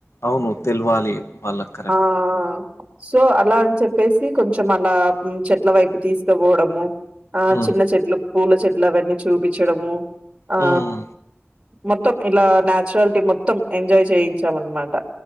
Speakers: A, on the left (about 70°); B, on the right (about 20°).
A: అవును తెలువాలి వాళ్ళక్
B: ఆ సో అలా అని చెప్పేసి కొంచెం అలా చెట్ల వైపు తీసుకపోవడము ఆ
A: హ్మ్.
B: చిన్న చెట్లు పూల చెట్లు అవన్నీ చూపించడము ఆ
A: హ్మ్.
B: మొత్తం ఇలా నాచురాలిటీ మొత్తం ఎంజాయ్ చేయించాం అనమాట